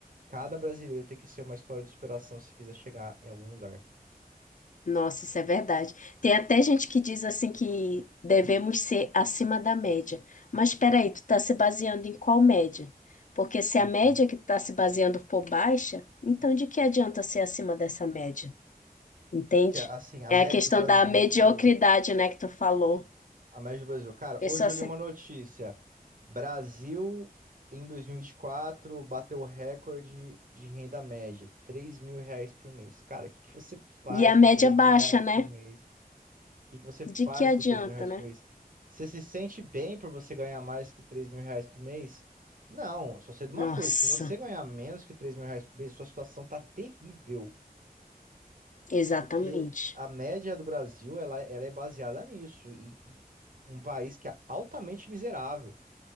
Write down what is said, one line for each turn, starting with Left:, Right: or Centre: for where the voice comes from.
Right: cada brasileiro tem que ser uma história de superação se quiser chegar em algum lugar.
Left: Nossa, isso é verdade. Tem até gente que diz assim que devemos ser acima da média. Mas espera aí, tu está se baseando em qual média? Porque se
Right: Uhum.
Left: a média que tu está se baseando for baixa, então de que adianta ser acima dessa média? Entende?
Right: Porque, assim, a
Left: É
Right: média
Left: a questão
Right: do Brasil.
Left: da mediocridade, né, que tu falou.
Right: A média do Brasil. Cara,
Left: Pessoa
Right: hoje eu
Left: se-
Right: li uma notícia. Brasil, em dois mil e e vinte e quatro bateu o recorde de renda média, três mil reais por mês. Cara, o que que você faz
Left: E a
Right: com
Left: média
Right: três
Left: baixa,
Right: mil reais por
Left: né?
Right: mês? O que que você
Left: De
Right: faz
Left: que adianta,
Right: com três mil reais
Left: né?
Right: por mês? Você se sente bem por você ganhar mais que três mil reais por mês? Não, só sei de uma
Left: Nossa,
Right: coisa. Se você ganhar menos que três mil reais por mês, sua situação tá terrível.
Left: exatamente.
Right: Porque a média do Brasil, ela, ela é baseada nisso. E, e um país que é altamente miserável.